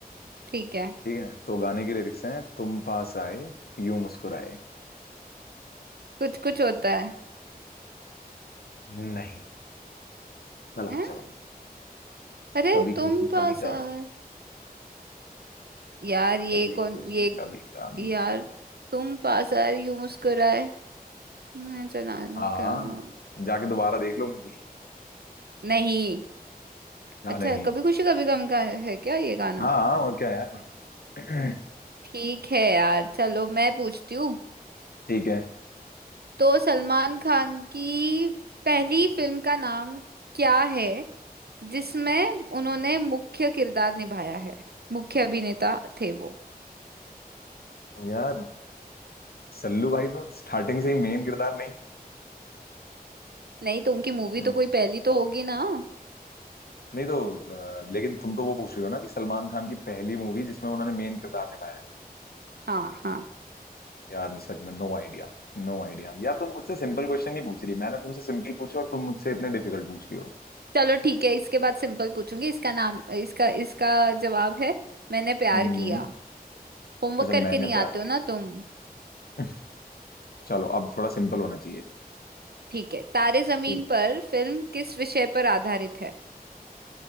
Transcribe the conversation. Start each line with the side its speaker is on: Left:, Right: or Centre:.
Right: ठीक है
Left: ठीक है तो गाने की लिरिक्स हैं तुम पास आए यूं मुस्कुराए
Right: कुछ कुछ होता है
Left: नहीं गलत
Right: हैं?
Left: जवाब
Right: अरे
Left: कभी
Right: तुम
Left: खुशी
Right: पास
Left: कभी गम
Right: आए यार ये
Left: कभी
Right: कौन
Left: खुशी
Right: ये
Left: कभी गम
Right: यार तुम पास आए यूं मुस्कुराए हम्म, चला
Left: हाँ
Right: क्यों
Left: जाके दोबारा देख लो मूवी
Right: नहीं
Left: या
Right: अच्छा
Left: नहीं
Right: कभी खुशी कभी गम का है क्या ये गाना
Left: हाँ हाँ और क्या यार <clears throat>
Right: ठीक है यार चलो मैं पूछती हूँ
Left: ठीक है
Right: तो सलमान खान की पहली फिल्म का नाम क्या है जिसमें उन्होंने मुख्य किरदार निभाया है मुख्य अभिनेता थे वो
Left: यार सल्लू भाई तो स्टार्टिंग से ही मेन किरदार नहीं
Right: नहीं तो उनकी मूवी
Left: हम्म।
Right: तो कोई पहली तो होगी ना
Left: नहीं तो अ, लेकिन तुम तो वो पूछ रहे हो ना कि सलमान खान की पहली मूवी जिसमें उन्होंने मेन किरदार निभाया है
Right: हाँ हाँ
Left: यार सच में नो आइडिया नो आइडिया यार तुम मुझसे सिंपल क्वेश्चन नहीं पूछ रही मैंने तुमसे सिंपल पूछे और तुम मुझसे इतने डिफिकल्ट पूछ रही हो
Right: चलो ठीक है इसके बाद सिंपल पूछूंगी इसका नाम इसका इसका जवाब है मैंने प्यार
Left: हम्म
Right: किया होमवर्क
Left: अच्छा
Right: करके
Left: मैंने
Right: नहीं
Left: प्यार
Right: आते हो
Left: किया
Right: ना तुम
Left: <laughs> चलो अब थोड़ा सिंपल होना चाहिए
Right: ठीक है तारे जमीन
Left: ठीक है
Right: पर फिल्म किस विषय पर आधारित है